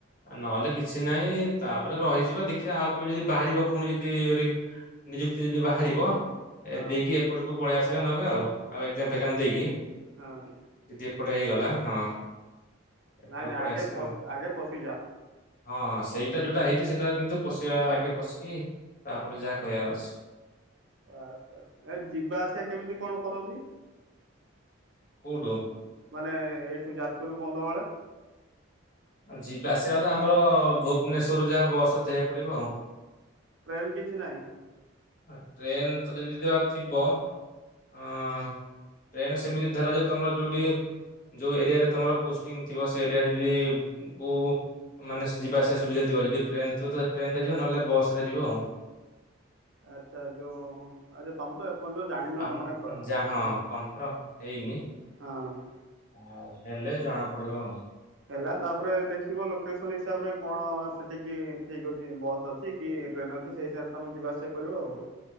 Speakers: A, on the left; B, on the right.
A: ନହେଲେ କିଛି ନାହିଁ ତାପରେ ରହିଯିବା ଦେଖିବା ଆଉ କେବେ ଯଦି ବାହାରିବ ପୁଣି ଯଦି। ନିଯୁକ୍ତି ଯଦି ବାହାରିବ
B: ହଁ
A: ଦେଇକି ଏପଟକୁ ପଳେଇ ଆସିବା ନହେଲେ ଆଉ ଆଉ ଏକ୍ଜାମ ଫେକ୍ଜାମ ଦେଇକି।
B: ହଁ।
A: ଜଦି ଏପଟେ ହେଇଗଲା ହଁ। ଏପଟକୁ
B: ନାଇଁ ନାଇଁ
A: ପଳେଇ
B: ଆଗେ
A: ଆସିବା
B: ପ
A: ଆଉ।
B: ଆଗେ ପଶିଯାଅ।
A: ହଁ ହଁ ସେଇଟା ଯୋଉଟା ହେଇଛି ସେଇଟାରେ କିନ୍ତୁ ପଶିବା ଆଗ ପଶିକି। ତାପରେ ଯାହା କହିବା ଅଛି।
B: ଆଛା ଆଛା ଏ ଯିବା ଆସିବା କେମିତି କଣ କରନ୍ତି?
A: କୋଉଠୁ?
B: ମାନେ ଏଇଠୁ ଯାଜପୁରରୁୁ କନ୍ଧମାଳ।
A: ଆଉ ଯିବା ଆସିବା ଗଲେ ଆମର ଭୁବନେଶ୍ୱରରୁ ଯାହା ବସ୍ ଧରିବାକୁ ପଡ଼ିବ ଆଉ।
B: ଟ୍ରେନ୍ କିଛି ନାହିଁ।
A: ଆ ଟ୍ରେନ ତ ଯଦି ଯ ଥିବ ଅ ଟ୍ରେନ ସେମିତି ଧରାଯାଉ। ତମର ଯୋଉଠି ଯୋଉ ଏରିଆରେ ତମର ପୋଷ୍ଟିଙ୍ଗ ଥିବ ସେ ଏରିଆରେ ଯି କୋଉ ମାନେ ଯିବା ଆସିବା ସୁବିଧା ଥିବ ଯଦି ଟ୍ରେନ୍ ଥିବ ତ ଟ୍ରେନ୍ ରେ ଯିବ ନହେଲେ ବସରେ ଯିବ ଆଉ।
B: ଆଚ୍ଛା ଯୋଉ। ଆଚ୍ଛା ତମେ ତ ଏପର୍ଯ୍ୟନ୍ତ ଜାଣିନ
A: ଆମ
B: ମାନେ
A: ଯା ହଁ
B: ମାନେ
A: କନଫର୍ମ ହେଇନି
B: ହଁ।
A: ଆଉ ହେଲେ ବି ଜଣା ପଡିବ ଆଉ।
B: ହେଲା ତାପରେ ଦେଖିବ ଲୋକେସନ୍ ହିସାବରେ କଣ ଅଛି। ସେଠିକି ଠିକ୍ ଅଛି ବସ୍ ଅଛି କି ଟ୍ରେନ୍ ଅଛି ସେହି ହିସାବରେ ତୁମେ ଯିବା ଆସିବା କରିବ ଆଉ।